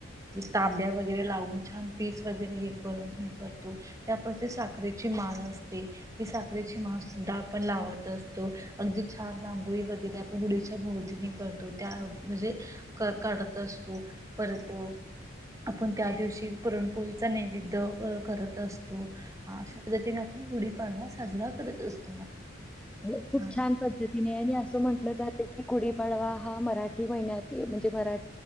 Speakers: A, on the right; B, in the centre.
A: तांब्या वगैरे लावून छान पीस वगैरे हे करून हे करतो त्याप साखरेची माळ असते ती साखरेची माळ सुद्धा पण लावत असतो अगदी छान रांगोळी वगैरे आपण गुढीच्या भोवतीने करतो त्या म्हणजे क कढ असतो परत आपण त्या दिवशी पुरणपोळीचा नैवेद्य. पद्धतीने आपण गुढीपाडवा साजरा करत असतो.
B: हो खूप
A: हां
B: छान पद्धतीने आणि असं म्हटलं जाते की गुढीपाडवा हा मराठी महिन्यात म्हणजे मरा